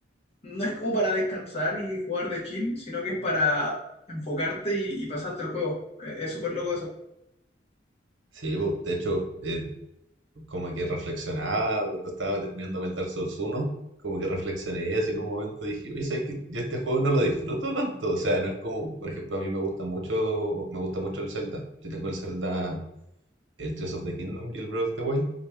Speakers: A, on the left (about 35°); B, on the right (about 80°).
A: no es como para descansar y jugar de chill, sino que es para enfocarte y, y pasarte el juego. Eh, Es súper loco eso.
B: sí, po, de hecho, eh, como que reflexionaba cuando estaba terminando el Dark Souls 1, como que reflexioné eso en un momento dije, oye, ¿sabes qué? Yo este juego no lo disfruto tanto, o sea, no es como, por ejemplo, a mí me gusta mucho, me gusta mucho el Zelda, yo tengo el Zelda, el Tears of the Kingdom y el Breath of the Wild,